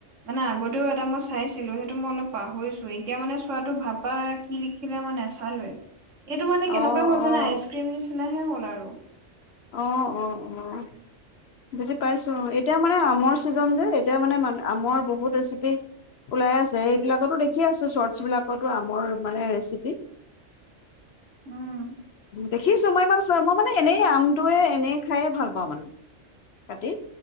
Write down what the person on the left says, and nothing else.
অ',
অ',
অ', অ', অ', বুজি পাইছোঁ এতিয়া মানে আমৰ চিজন যে এতিয়া মানে আমৰ বহুত ৰেচিপি ওলাই আছে এইবিলাকতো দেখি আছোঁ চৰ্টছ বিলাকতো আমৰ মানে ৰেচিপি।
দেখিছোঁ মই ইমান চোৱা মই মানে এনেই আম তয়ে এনেই খাইে ভাল পাওঁ মানে কাটি।